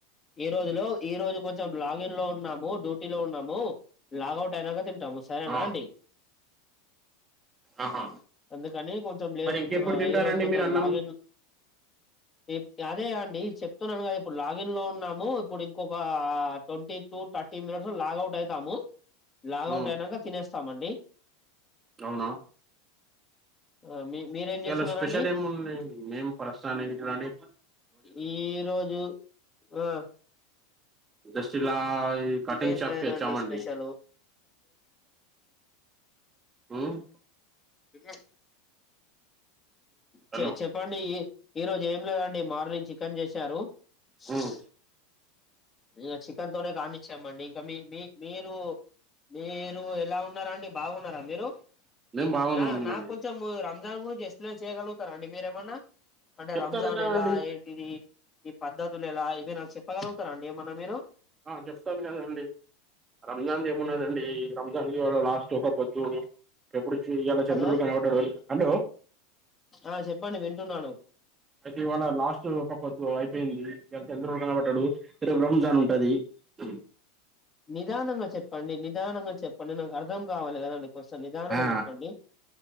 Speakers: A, on the left; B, on the right.
A: ఈరోజులో ఈరోజు కొంచెం లాగిన్లో ఉన్నాము డు డ్యూటీ లో ఉన్నాము లాగౌట్ అయినాక తింటాము సరేనా
B: ఆ
A: అండి
B: ఆహా
A: అందుకని కొంచెం లేట్
B: మరి ఇంకెప్పుడు తింటారండి
A: ఈరోజు కొంచెం
B: మీరు అన్నం
A: లాగిన్ ఏ అదే అండి చెప్తున్నాను కదా ఇప్పుడు లాగిన్ లో ఉన్నాము ఇప్పుడు ఇంకొక twenty two thirty minute logout అయితాము లాగౌట్
B: ఉమ్
A: అయినాక తినేస్తామండి
B: అవునా
A: ఆ మీ మీరేం
B: ఇయల
A: చేస్తున్నారండి
B: స్పెషల్ ఏముంది మేమ్ ప్రస్తాని ఇక్కడండి
A: ఈరోజు ఆ
B: జస్ చిన్న ఈ కటింగ్
A: ఏం
B: షాప్
A: లేదండి
B: తెరిచామండి
A: స్పెషల్
B: ఉమ్మ్
A: తిన
B: హలో
A: చె చెప్పండి ఇ ఈరోజు ఏం లేదండి మార్నింగ్ చికెన్ చేశారు షాషు
B: ఉమ్
A: ఇగ చికెన్ తోనే కానిచ్చామండి ఇంకా మి మి మీరు మీరు ఎలా ఉన్నారు అండి బాగున్నారా మీరు
B: మేము బాగున్నాం
A: నా నాకు
B: అండి
A: కొంచము రం రంజాన్ గురించి ఎక్స్ప్లెయిన్ చేయ్యగలుగుతారా అండి మీరేమన్నా అంటే
B: చెప్తాను
A: రంజాన్
B: కదండి
A: ఎలా ఏంటిది ఈ పద్ధతులు ఎలా ఇవి నాకు చెప్పగలుగుతారా అండి ఏమన్న మీరు
B: ఆ చెప్తాను కదాండి రంజాన్ది ఏమున్నాదండి రంజాన్కివాళ లాస్ట్ ఒక పొద్దు ఎప్పుడు ఇయల
A: హలో
B: చంద్రుడు కనవడ్డరోజు హలో
A: ఆ చెప్పండి వింటున్నాను
B: అయితే ఇవాళ లాస్ట్ ఒక పొద్దు అయిపోయింది ఇ చంద్రుడు కనబడ్డాడు రేపు రంజాన్ ఉంటది కుమ్
A: నిదానంగా చెప్పండి నిదానంగా చెప్పండి నాకు అర్థం కావాలి కదండి కాస్త నిదానంగా
B: ఆ
A: చెప్పండి